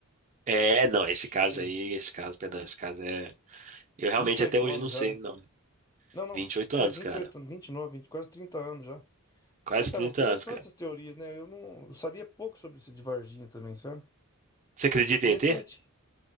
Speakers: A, on the right; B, on the left.
A: É, não, esse
B: Chega,
A: caso aí, esse caso, perdão, esse caso é. Eu realmente
B: vinte e oito
A: até hoje
B: anos
A: não
B: já,
A: sei,
B: né?
A: não.
B: Não, não,
A: vinte e oito
B: é
A: anos,
B: vinte
A: cara.
B: e oito, vinte e nove, vinte, quase 30 anos já.
A: Quase
B: Então,
A: 30
B: é interessante
A: anos, cara.
B: essas teorias, né? Eu não eu sabia pouco sobre isso de Varginha também, sabe?
A: Você acredita
B: Mas é interessante.
A: em ET?